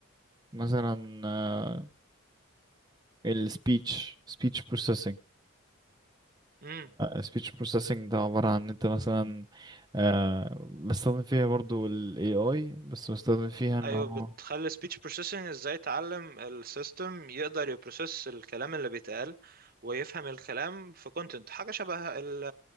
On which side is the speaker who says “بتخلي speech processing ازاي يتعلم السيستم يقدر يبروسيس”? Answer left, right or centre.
Right